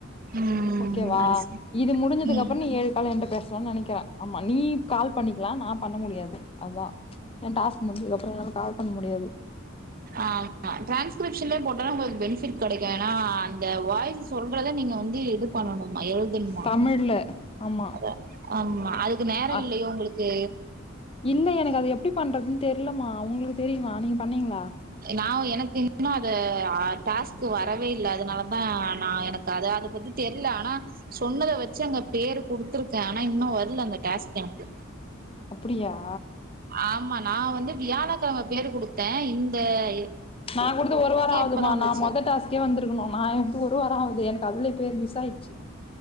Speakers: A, on the right (about 45°); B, on the left (about 30°).
A: ம்
B: ஓகேவா
A: அது சரி
B: இது முடிஞ்சதுக்கப்றொ
A: ம்
B: நீ ஏழு காலு ஏன்ட்ட பேசலான் நினைக்கிற ஆமா நீ கால் பண்ணிக்லா நா பண்ண முடியாது அதா ஏ டாஸ்க் முடிஞ்சதுக்கப்றோ என்னால கால் பண்ண முடியாது
A: ஆமா டிரான்ஸ்கிரிப்ஷன்லே போட்டாலு உங்களுக்கு பெனிபிட் கெடைக்கு ஏனா அந்த வாய்ஸ்ஸு சொல்றத நீங்க வந்து இது பண்ணணு எழுதண்மா
B: தமிழ்ல ஆமா
A: அத ஆமா அதுக்கு நேரொ
B: அ,
A: இல்லயோ உங்களுக்கு
B: இல்ல எனக்கு அது எப்டி பண்றதுன் தெர்லம்மா உங்களுக்கு தெரியுமா நீங்க பண்ணெங்ளா
A: நாவ் எனக்கு என்னனா து ஆ டாஸ்க்கு வரவே இல்ல அதனாலதா நா எனக்கு அத அத பத்தி தெரியல ஆனா சொன்னத வெச்சி அங்க பேரு குடுத்துருக்கே ஆனா இன்னு வர்லந்த டேஸ்க் எனக்கு
B: அப்படியா
A: ஆமா நா வந்து வியாழக் கெழம பேரு குடுத்தே இந் <unintelligible>
B: நாங்குடுத்து ஒரு வாரோ ஆகுதுமா
A: இப்பதா வந்துச்சு
B: நா மொத டாஸ்க்கே வந்ருக்கணு நா டு ஒரு வாரோ ஆவுது எனக்கு அதுலே பேர் மிஸ் ஆய்ர்ச்சி